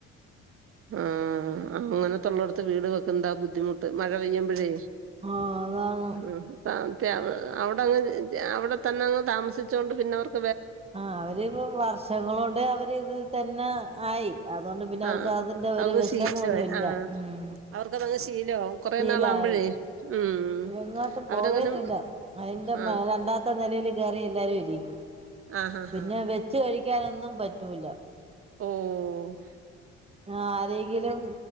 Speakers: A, on the right (about 40°); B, on the right (about 15°).
A: ആഹ് അങ്ങനെ തള്ളടത്ത് വീട് വെക്ക എന്താ ബുദ്ധിമുട്ട് മഴ പെയ്യുമ്പോഴേ
B: ആഹ് അതാണ്
A: ഉം സത് അവിടെങ്ങ് അവിടെ തന്നെ അങ്ങ് താമസിച്ചോണ്ട് പിന്നെവർക്ക്
B: ആഹ് അവര്പ്പ വർഷങ്ങൾ കൊണ്ട് അവര് ഇത് തന്നെ ആയി അതുകൊണ്ട് പിന്നെ അവർക്ക്
A: ആഹ്
B: അത് അന്റെ ഒരു
A: അവർക്ക്
B: വിഷമംന്നും
A: ശീലമായി
B: ഇല്ല
A: ആഹ്
B: ഉം
A: അവർക്കതങ്ങ് ശീലമാവും കൊറേ
B: ശീലായീ
A: നാളാകുമ്പോഴേ ഉം
B: എങ്ങോട്ട് പോവേന്നൂല്ല.
A: അവരങ്ങനെ
B: അതിന്റെ
A: ആഹ്
B: മേല് രണ്ടാമത്തെ നെലേൽ കേറി എല്ലാരും ഇരിക്കും.
A: ആഹ് ആഹ്
B: പിന്നെ
A: ആഹ്
B: വെച്ച് കഴിയ്ക്കാനൊന്നും പറ്റൂല.
A: ഉം
B: ആരേങ്കിലും